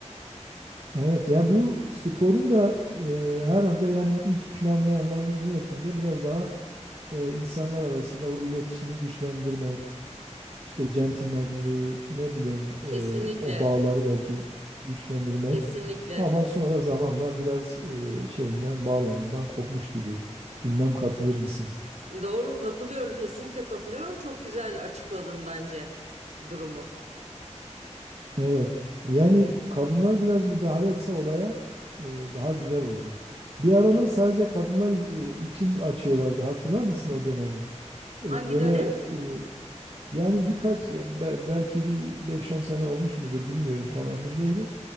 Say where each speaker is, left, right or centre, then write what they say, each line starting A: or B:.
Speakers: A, on the right; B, on the right.
A: Evet ya bu sporun da e, herhalde yani ilk planlayanların niyetinde biraz daha e, insanlar arasında o iletişimi güçlendirmek, işte centilmenliği ne bileyim e,
B: Kesinlikle,
A: o bağları belki güçlendirmek
B: kesinlikle.
A: ama sonra zamanla biraz e, şeyinden bağlamından kopmuş gibi. Bilmem katılır mısın?
B: Doğru katılıyorum, kesinlikle katılıyorum. Çok güzel açıkladın bence durumu.
A: Evet. Yani kadınlar biraz müdahale etse olaya e, daha güzel olacak. Bir aralar sadece kadınlar iz- e, için açıyorlardı. Hatırlar mısın o dönemi?
B: Hangi
A: E, Böyle
B: dönem?
A: e, yani birkaç ya be- belki bir beş on sene olmuş mudur bilmiyorum tam emin değilim.